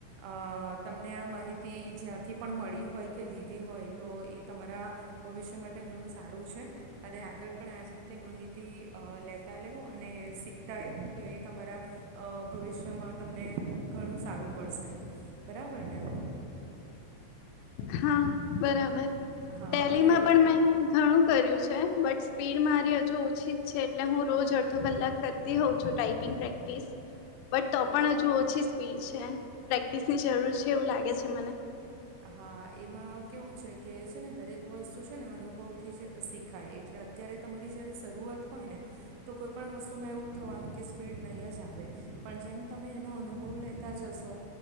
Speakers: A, on the right; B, on the left.
A: આ તમને આ માહિતી જ્યાંથી પણ મળી હોય કે લીધી હોય તો એ તમારા ભવિષ્ય માટે ઘણું સારું છે અને આગળ પણ આ જ રીતે તે માહિતી આ લેતા લેઉ અને શીખતા આવ્યું તો એ તમારા આ ભવિષ્ય તમને ઘણું સારું પડશે બરાબર ને
B: હા બરાબર
A: હા
B: ટેલીમાં
A: હવે
B: પણ મેં ઘણું કર્યું છે બટ સ્પીડ મારી ઓછી છે એટલે હું રોજ અડધો કલાક કરતી હોઉં છું ટાઈપિંગ પ્રેક્ટિસ બટ તો પણ હજુ ઓછી સ્પીડ છે પ્રેક્ટિસની જરૂર છે એવું લાગે છે મને
A: હા એમાં કેવું છે કે છે ને દરેક વસ્તુ છે ને અનુભવથી જ શીખાય એટલે અત્યારે તમારી જયારે શરૂઆત હોય ને તો કોઈ પણ વસ્તુમાં એવું જ થવાનું કે સ્પીડ નહી જ આવે પણ જેમ તમે એનો અનુભવ લેતા જશો